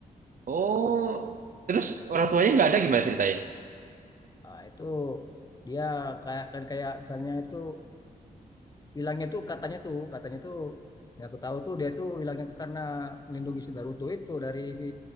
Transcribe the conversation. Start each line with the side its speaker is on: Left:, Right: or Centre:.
Right: oh terus orang tuanya nggak ada gimana ceritanya
Left: ah, itu dia kayak kan kayak misalnya itu hilangnya tuh katanya tuh katanya tuh nggak aku tahu tuh dia tuh hilangnya tuh karena melindungi si Naruto itu dari si